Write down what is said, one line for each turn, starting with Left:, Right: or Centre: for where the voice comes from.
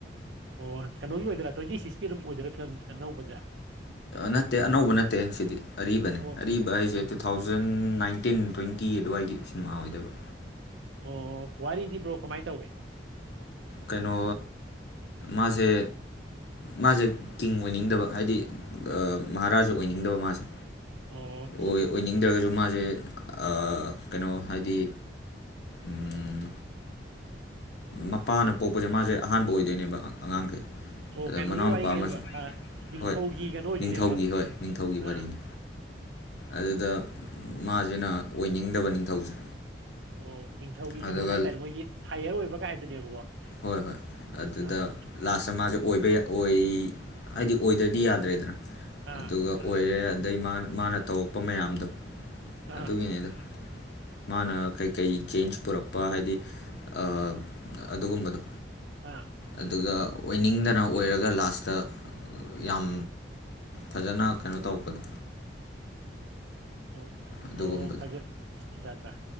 Right: ꯑꯣ ꯀꯩꯅꯣꯒꯤ ꯑꯣꯏꯗꯣꯏꯔꯥ ꯇ꯭ꯋꯦꯟꯇꯤ ꯁꯤꯛꯁꯀꯤ ꯑꯗꯨꯝ ꯑꯣꯏꯗꯣꯏꯔꯥ ꯐꯤꯂꯝꯁꯦ ꯑꯅꯧꯕꯁꯦ
Left: ꯅꯠꯇꯦ ꯑꯅꯧꯕ ꯅꯠꯇꯦ ꯁꯤꯗꯤ ꯑꯔꯤꯕꯅꯤ
Right: ꯑꯣ
Left: ꯑꯔꯤꯕ ꯑꯩꯁꯦ
Right: ꯑꯣ
Left: ꯇꯨ ꯊꯥꯎꯖꯟ ꯅꯥꯏꯟꯇꯤꯟ ꯇ꯭ꯋꯦꯟꯇꯤ ꯑꯗꯨꯋꯥꯏꯒꯤ ꯁꯤꯃꯥ ꯑꯣꯏꯗꯣꯢꯕ
Right: ꯑꯣ ꯋꯥꯔꯤꯗꯤ ꯕ꯭ꯔꯣ ꯀꯃꯥꯏ ꯇꯧꯒꯦ
Left: ꯀꯩꯅꯣ ꯃꯥꯁꯦ ꯃꯥꯁꯦ ꯀꯤꯡ ꯑꯣꯏꯅꯤꯡꯗꯕ ꯍꯥꯏꯗꯤ ꯃꯍꯥꯔꯥꯖ ꯑꯣꯏꯅꯤꯡꯗꯕ ꯃꯥꯁꯦ
Right: ꯑꯣ
Left: ꯑꯣꯏ ꯑꯣꯏꯅꯤꯡꯗ꯭ꯔꯒꯁꯨ ꯃꯥꯁꯦ ꯑꯥ ꯀꯩꯅꯣ ꯍꯥꯏꯗꯤ ꯎꯝ ꯃꯄꯥꯅ ꯄꯣꯛꯄꯁꯦ ꯃꯥꯁꯦ ꯑꯍꯥꯟꯕ ꯑꯣꯏꯗꯣꯏꯅꯦꯕ ꯑꯉꯥꯡꯁꯦ
Right: ꯑꯣ
Left: ꯑꯗꯣ
Right: ꯀꯩꯅꯣꯒꯤ
Left: ꯃꯅꯥꯎꯅꯨꯄꯥ
Right: ꯋꯥꯔꯤꯅꯦꯕ
Left: ꯑꯃꯁꯨ
Right: ꯅꯤꯡꯊꯧꯒꯤ
Left: ꯍꯣꯏ
Right: ꯀꯩꯅꯣ ꯑꯣꯏꯗꯣꯏꯅꯦꯕ
Left: ꯅꯤꯡꯊꯧꯒꯤ ꯍꯣꯏ ꯅꯤꯡꯊꯧꯒꯤ
Right: ꯑꯥ
Left: ꯋꯥꯔꯤꯅꯤ ꯑꯗꯨꯗ ꯃꯥꯖꯤꯅ ꯑꯣꯏꯅꯤꯡꯗꯕ ꯅꯤꯡꯊꯧꯁꯦ
Right: ꯑꯣ ꯅꯤꯡꯊꯧꯒꯤ
Left: ꯑꯗꯨꯒ
Right: ꯀꯩꯅꯣ ꯍꯥꯏꯇꯥꯔꯦ ꯃꯣꯏꯒꯤ ꯍꯥꯏꯌꯔ ꯑꯣꯏꯕ ꯀꯥꯏꯗꯨꯅꯦꯕꯀꯣ
Left: ꯍꯣꯏ ꯍꯣꯏ ꯑꯗꯨꯗ
Right: ꯑꯥ
Left: ꯂꯥꯁꯇ ꯃꯥꯁꯦ ꯑꯣꯏꯕ ꯌꯥ ꯑꯣꯏ ꯍꯥꯏꯗꯤ ꯑꯣꯏꯗ꯭ꯔꯗꯤ ꯌꯥꯗ꯭ꯔꯦꯗꯅ
Right: ꯑꯥ
Left: ꯑꯗꯨꯒ ꯑꯣꯏꯔꯦ ꯑꯗꯩ ꯃꯥꯅ ꯃꯥꯅ ꯇꯧꯔꯛꯄ ꯃꯌꯥꯝꯗꯣ
Right: ꯑꯥ
Left: ꯑꯗꯨꯒꯤꯅꯤꯗ ꯃꯥꯅ ꯀꯩꯀꯩ ꯆꯦꯟꯖ ꯄꯨꯔꯛꯄ ꯍꯥꯏꯗꯤ ꯑꯥ ꯑꯗꯨꯒꯨꯝꯕꯗꯣ
Right: ꯑꯥ
Left: ꯑꯗꯨꯒ ꯑꯣꯏꯅꯤꯡꯗꯅ ꯑꯣꯏꯔꯒ ꯂꯥꯁꯇ ꯌꯥꯝ ꯐꯖꯅ ꯀꯩꯅꯣ ꯇꯧꯕꯗꯣ
Right: ꯑꯣ
Left: ꯑꯗꯨꯒꯨꯝꯕꯗꯣ
Right: ꯑꯣ ꯐꯖ ꯑꯆꯥꯆꯥ